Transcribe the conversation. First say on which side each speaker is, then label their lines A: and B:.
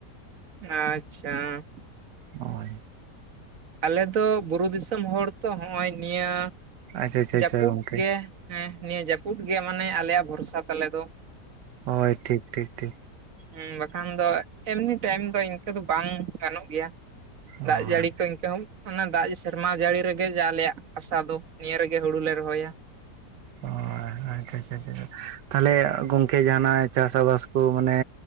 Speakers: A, on the right; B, on the right.
A: ᱟᱪᱪᱷᱟ
B: ᱦᱳᱭ
A: ᱟᱞᱮ ᱫᱚ ᱵᱩᱨᱩ ᱫᱤᱥᱚᱢ ᱦᱚᱲ ᱛᱚ ᱱᱚᱜ-ᱚᱭ ᱱᱤᱭᱟᱹ
B: ᱟᱪᱪᱷᱟ ᱟᱪᱪᱷᱟ
A: ᱡᱟᱹᱯᱩᱫ
B: ᱟᱪᱪᱷᱟ ᱜᱚᱝᱠᱮ
A: ᱜᱮ ᱦᱮᱸ ᱱᱤᱭᱟᱹ ᱡᱟᱹᱯᱩᱫ ᱜᱮ ᱢᱟᱱᱮ ᱟᱞᱮᱭᱟᱜ ᱵᱷᱚᱨᱥᱟ ᱛᱟᱞᱮ ᱫᱚ᱾
B: ᱦᱳᱭ ᱴᱷᱤᱠ ᱴᱷᱤᱠ ᱴᱷᱤᱠ
A: ᱦᱮᱸ ᱵᱟᱠᱷᱟᱱ ᱫᱚ ᱮᱢᱱᱤ ᱴᱟᱭᱤᱢ ᱫᱚ ᱤᱱᱠᱟᱹ ᱫᱚ ᱵᱟᱝ ᱜᱟᱱᱚᱜ ᱜᱮᱭᱟ
B: ᱦᱳᱭ
A: ᱫᱟᱜ ᱡᱟᱹᱲᱤ ᱠᱚ ᱤᱱᱠᱟᱹ ᱚᱱᱟ ᱫᱟᱜ ᱥᱮᱨᱢᱟ ᱡᱟᱹᱲᱤ ᱨᱮᱜᱮ ᱡᱟ ᱟᱞᱮᱭᱟᱜ ᱟᱥᱟ ᱫᱚ ᱱᱤᱭᱟᱹ ᱨᱮᱜᱮ ᱦᱩᱲᱩ ᱞᱮ ᱨᱚᱦᱚᱭᱟ
B: ᱚ ᱟᱪᱪᱷᱟ ᱟᱪᱪᱷᱟ ᱟᱪᱪᱷᱟ ᱛᱟᱦᱚᱞᱮ ᱜᱚᱢᱠᱮ ᱡᱟᱦᱱᱟᱜ ᱪᱟᱥ ᱟᱵᱟᱥ ᱠᱚ ᱢᱟᱱᱮ